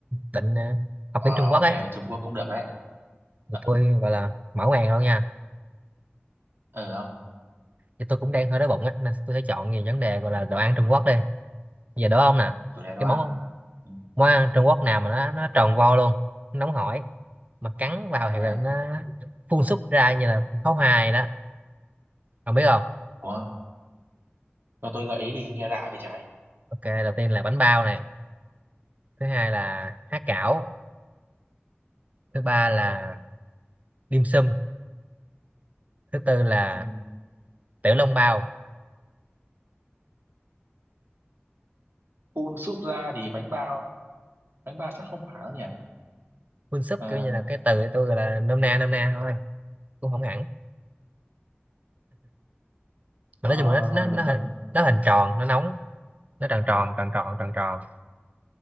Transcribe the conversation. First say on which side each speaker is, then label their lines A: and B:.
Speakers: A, on the right; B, on the right.
A: định à, học
B: Ờ,
A: tiếng Trung Quốc
B: ok,
A: ấy,
B: Trung Quốc cũng được đấy.
A: Tụi
B: Ờ,
A: tôi gọi là mở màn luôn nha.
B: ừ, không,
A: Thì tôi cũng đang hơi đói bụng ấy, nên tôi sẽ chọn về vấn đề gọi là đồ ăn Trung Quốc đi. Bây giờ đố ông nè,
B: Ừ, chủ đề đồ
A: cái
B: ăn.
A: món
B: Ừ.
A: món ăn Trung Quốc nào mà nó nó tròn vo luôn, nó nóng hổi, mà cắn vào
B: À,
A: thì là nó phun súc ra như là pháo hoa vậy đó. Ông biết không?
B: ủa, cho tôi gợi ý đi, nghe lạ vậy trái.
A: Ok, đầu tiên là bánh bao này thứ hai là há cảo thứ ba là dim sum thứ tư là
B: Ừ.
A: tiểu long bao
B: Phun súp ra thì bánh bao, bánh bao chắc không phải đâu nhỉ.
A: quân súp
B: Ờ,
A: kiểu như là cái từ tôi gọi là nôm na nôm na thôi cũng không hẳn mà
B: thôi,
A: nói
B: thôi,
A: chung là nó
B: thôi,
A: nó
B: đừng
A: nó
B: còn,
A: hình nó hình tròn nó nóng nó tròn tròn tròn tròn tròn tròn